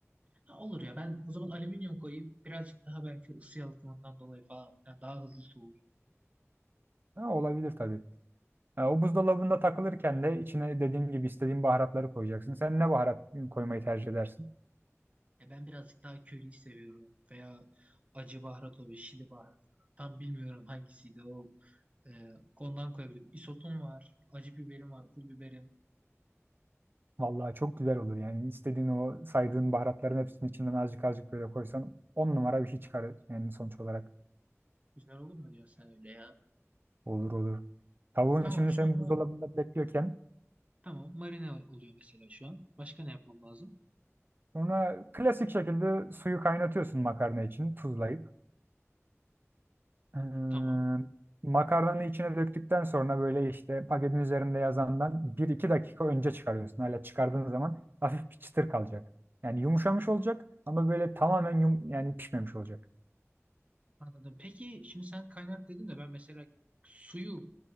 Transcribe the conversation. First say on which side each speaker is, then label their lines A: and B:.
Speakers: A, on the right (about 25°); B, on the right (about 45°).
A: Ha, olur ya ben o zaman alüminyum koyayım. Birazcık daha belki ısı yalıtımından dolayı falan filan daha hızlı soğur.
B: Ha, olabilir tabii. Ha, o buzdolabında takılırken de içine dediğim gibi istediğin baharatları koyacaksın. Sen ne baharat koymayı tercih edersin?
A: Ya ben birazcık daha köriyi seviyorum. Veya acı baharat oluyor, şili baharatı. Tam bilmiyorum hangisiydi o. Ee, ondan koyabilirim. Isotum var, acı biberim var, pul biberim.
B: Vallahi çok güzel olur yani. İstediğin o saydığın baharatların hepsinin içinden azıcık azıcık böyle koysan on numara bir şey çıkar yani sonuç olarak.
A: Güzel olur mu diyorsun sen öyle ya?
B: Olur olur. Tavuğun
A: Tamam
B: şimdi
A: şu
B: sen
A: anda
B: buzdolabında bekliyorken
A: tamam marine oluyor mesela şu an. Başka ne yapmam lazım?
B: sonra klasik şekilde suyu kaynatıyorsun makarna için tuzlayıp. Ee,
A: Tamam.
B: makarnanı içine döktükten sonra böyle işte paketin üzerinde yazandan bir iki dakika önce çıkarıyorsun. Hala çıkardığın zaman hafif bir çıtır kalacak. Yani yumuşamış olacak ama böyle tamamen yum yani pişmemiş olacak.
A: Anladım. Peki şimdi sen kaynat dedin de ben mesela suyu